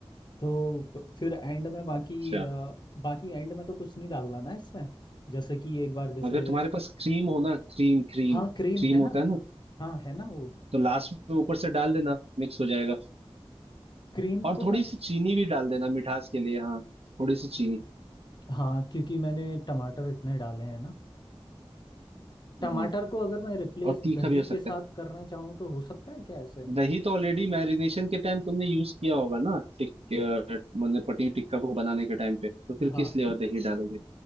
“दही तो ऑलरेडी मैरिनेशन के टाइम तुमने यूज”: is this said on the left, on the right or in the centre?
Right